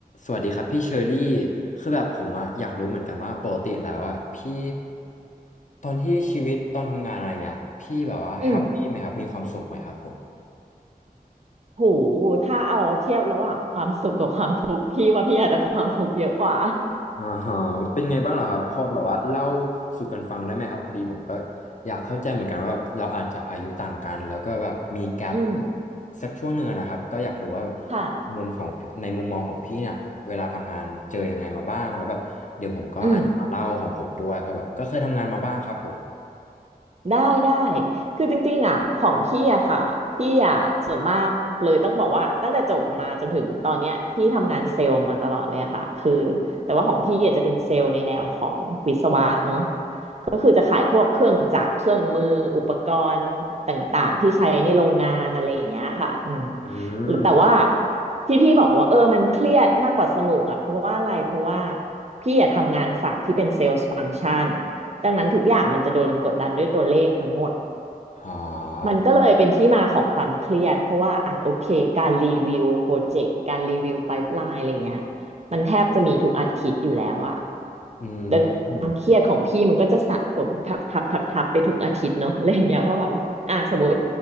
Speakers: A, on the left (about 50°); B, on the right (about 45°).
A: สวัสดีครับพี่เชอรี่คือแบบผมอะอยากรู้เหมือนกันว่าปกติแล้วอะพี่ตอนที่ชีวิตตอนทำงานอะไรเงี้ยพี่แบบว่าแฮปปี้ไหมครับมีความสุขไหมครับผม
B: อืมโหถ้าเอาเทียบระหว่างความสุขกับความทุกข์พี่ว่าพี่อาจจะความทุกข์เยอะกว่า
A: อ่าฮะเป็นไงบ้างเหรอครับพอแบบว่าเล่าสู่กันฟังได้ไหมครับพอดีผมก็อยากเข้าใจเหมือนกันว่าแบบเราอาจจะอายุต่างกันแล้วก็แบบมีแกป
B: อืม
A: สักช่วงหนึ่งอะนะครับก็อยากรู้ว่า
B: ค่ะ
A: มุมของพี่ในมุมมองของพี่เนี่ยเวลาทำงานเจอยังไงมาบ้างแล้วแบบเดี๋ยวผมก็อาจจะมาเล่าของผมด้วยเพราะแบบก็เคยทำงานมาบ้างครับผม
B: อืมได้ได้คือจริงๆอ่ะของพี่อะค่ะพี่อะส่วนมากเลยต้องบอกว่าตั้งแต่จบมาจนถึงตอนเนี้ยพี่ทำงานเซลล์มาตลอดเลยอะค่ะคือแต่ว่าของพี่อาจจะเป็นเซลล์ในแนวของวิศวะเนอะ ก็คือจะขายพวกเครื่องจักรเครื่องมือ อุปกรณ์ต่างๆที่ใช้ในโรงงานอะไรอย่างเงี้ยค่ะอืม
A: อื
B: แล้วแต่ว่า
A: ม
B: ที่พี่บอกว่าเออมันเครียดมากกว่าสนุกอ่ะเพราะว่าอะไร เพราะว่าพี่อยากทำงานฝั่งที่เป็นเซลส์ฟัง c t ชันดังนั้นทุกอย่างมันจะโดนกดดันด้วยตัวเลขทั้งหมด
A: อ๋อ
B: มันก็เลยเป็นที่มาของความเครียดเพราะว่าอ่ะโอเคการรีวิวโปรเจกต์การรีวิวไพป์ไลน์อะไรเงี้ยมันแทบจะมีทุกอาทิตย์อยู่แล้วอะ
A: อืมอ
B: ดัง เครียดของพี่มันก็จะสะสมทับทับทับทับไปทุกอาทิตย์เนาะอะไรอย่างเงี้ยว่าแบบว่าอ่ะสมมติ